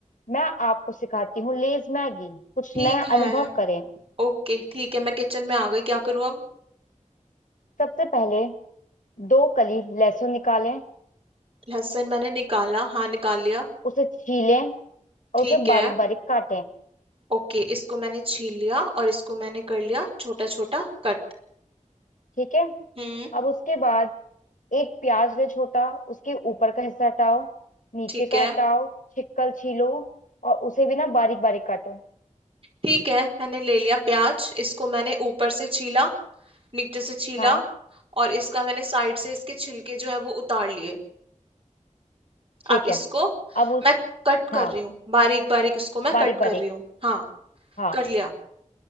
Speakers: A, on the left; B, on the right.
A: मैं आपको सिखाती हूँ लेज मैगी कुछ
B: ठीक
A: नया अनुभव
B: है
A: करें
B: ओके ठीक है मैं किचन में आ गई क्या करूँ अब
A: सबसे पहले दो कली लहसुन निकालें
B: लहसुन मैंने निकाला हाँ निकाल लिया
A: उसे छीलें और
B: ठीक
A: उसे बारीक
B: है
A: बारीक काटें
B: ओके इसको मैंने छील लिया और इसको मैंने कर लिया छोटा छोटा कट
A: ठीक है
B: हम्म
A: अब उसके बाद एक प्याज ले छोटा उसके ऊपर का हिस्सा हटाओ नीचे
B: ठीक
A: का
B: है
A: हटाओ छिकल छीलो और उसे भी ना बारीक बारीक काटो
B: ठीक है मैंने ले लिया प्याज इसको मैंने ऊपर से छीला नीचे से छीला
A: हाँ
B: और इसका मैंने साइड से इसके छिलके जो है वो उतार लिए
A: ठीक
B: अब इसको
A: है अब उस
B: मैं कट कर
A: हाँ
B: रही हूँ बारीक बारीक इसको मैं
A: बारीक
B: कट
A: बारीक
B: कर रही हूँ हाँ
A: हाँ
B: कर लिया